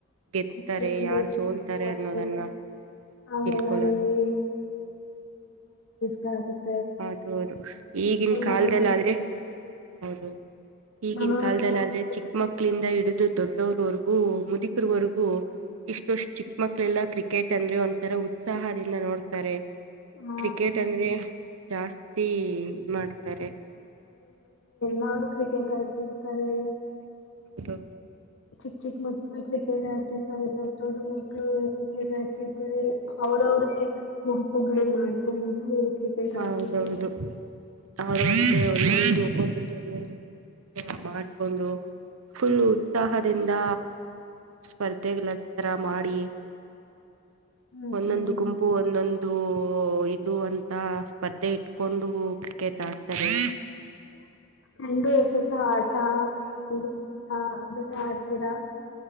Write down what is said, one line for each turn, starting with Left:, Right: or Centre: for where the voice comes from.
Right: ಗೆದ್ತಾರೆ
Left: ಕ್ರಿಕೆಟ್ ಅಂದ್ರೆ
Right: ಯಾರು ಸೋಲ್ತಾರೆ
Left: ಇಷ್ಟ ಆಗಲ್ಲ.
Right: ಅನ್ನೋದನ್ನ
Left: ಆಮೇಲೆ
Right: ತಿಳ್ಕೊಳೊಕೆ.
Left: ಹೇಳಿ ದಾದು.
Right: ಅದು ಅದು ಈಗಿನ್ ಕಾಲ್ದಲ್
Left: ಮನೋರಂಜನೆ
Right: ಆದ್ರೆ. ಹೌದು. ಈಗಿನ್
Left: ಮನೋರಂಜನೆ
Right: ಕಾಲ್ದಲ್ ಆದ್ರೆ ಚಿಕ್ಕ ಮಕ್ಳಿಂದ ಹಿಡ್ದು. ದೊಡ್ಡೊರ್ವರ್ಗೂ ಮುದೀಕ್ರವರ್ಗೂ ಇಷ್ಟಷ್ಟ ಚಿಕ್ಕ ಮಕ್ಳೆಲ್ಲಾ ಕ್ರಿಕೆಟ್ ಅಂದ್ರೆ ಒಂಥರ ಉತ್ಸಾಹದಿಂದ ನೋಡ್ತಾರೆ.
Left: ಆ,
Right: ಕ್ರಿಕೆಟ್ ಅಂದ್ರೆ. ಜಾಸ್ತಿ ಈದ್ ಮಾಡ್ತಾರೆ.
Left: ನಾನು ಕ್ರಿಕೆಟ್ ಆಡ್ತೀನ್. ಕರೆ.
Right: ಹೌದು.
Left: ಚಿಕ್ ಚಿಕ್ ಮಕ್ಳು ಕ್ರಿಕೆಟ್ ಆಡ್ತಿರ್ತವೆ ದೊಡ್ಡ್ ದೊಡ್ಡು ಮಕ್ಳು ಕ್ರಿಕೆಟ್ ಆಡ್ತಿರ್ತಾರೆ ಅವ್ರವ್ರೇ. ಗುಂಪುಗಳ್ ಮಾಡ್ಕೊಂಡು. ಕ್ರಿಕೆಟ್
Right: ಹೌದೌದು
Left: ಆಡ್ತಿರ್ತಾರೆ
Right: ಅವ್ರ್ ಅವ್ರ್ದೆ ಒಂದೊಂದು ಒಬೊಬ್ರುದು ಒಂದೊಂದ್ ತರ ಮಾಡ್ಕೊಂಡು ಫುಲ್ ಉತ್ಸಾಹದಿಂದ ಸ್ಪರ್ಧೆಗಳತ್ರ ಮಾಡಿ.
Left: ಹ್ಮ್
Right: ಒಂದೊಂದು
Left: ಹ್ಮ್
Right: ಗುಂಪು ಒಂದೊಂದು. ಓ ಇದು ಅಂ ತ ಸ್ಪರ್ಧೆ ಇಟ್ಕೊಂಡು ಕ್ರಿಕೆಟ್ ಆಡ್ ತರೆ.
Left: ನಂದು ಅಶ್ ಜಕ ಆಟ <unintelligible> ಕ. ಇವೆಲ್ಲ ಆಡ್ತೀರಾ.